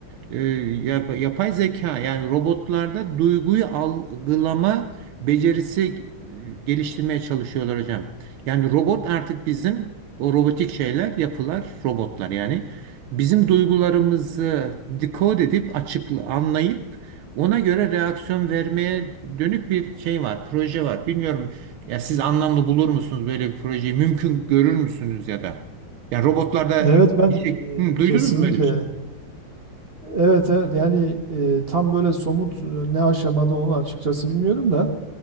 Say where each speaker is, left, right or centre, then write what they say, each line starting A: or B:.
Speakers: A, on the right; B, on the right.
A: e, yap- yapay zeka yani robotlarda duyguyu algılama becerisi e, geliştirmeye çalışıyorlar hocam. Yani robot artık bizim o robotik şeyler yapılar robotlar yani bizim duygularımızı dekod edip açıkla anlayıp ona göre reaksiyon vermeye dönük bir şey var, proje var. Bilmiyorum ya siz anlamlı bulur musunuz böyle bir projeyi? Mümkün görür müsünüz ya da? Yani robotlarda
B: Evet ben
A: bir şey Hı,
B: e,
A: duydunuz
B: kesinlikle
A: mu böyle bir şey?
B: evet evet yani e, tam böyle somut e, ne aşamada onu açıkçası bilmiyorum da